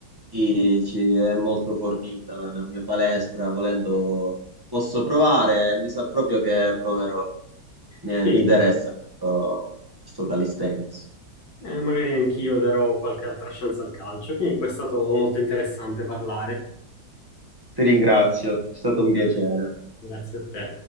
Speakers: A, on the right (about 40°); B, on the left (about 75°).
A: Sì, ci è molto fornita la mia palestra, volendo posso provare, mi sa proprio che proverò. Mi,
B: Sì,
A: mi interessa questo, questo calisthenics.
B: eh, magari anch'io darò qualche altra chance al calcio. Comunque è stato molto interessante parlare.
A: Ti ringrazio, è stato un piacere.
B: Grazie a te.